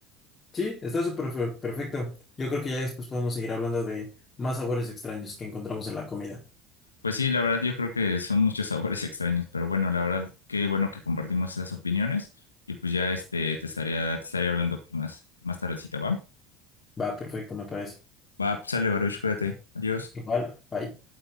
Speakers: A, on the left; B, on the left.
A: Sí, está súper fe- perfecto. Yo creo que ya después podemos seguir hablando de más sabores extraños que encontramos en la comida.
B: Pues sí, la verdad, yo creo que son muchos <laughs> sabores extraños, pero bueno, la verdad, qué bueno que compartimos esas opiniones y pues ya este te estaría, te estaría hablando más, más tardecito, ¿va?
A: Va, perfecto, me parece.
B: Va, pues sale, Baruch, cuídate. Adiós.
A: Igual, bye.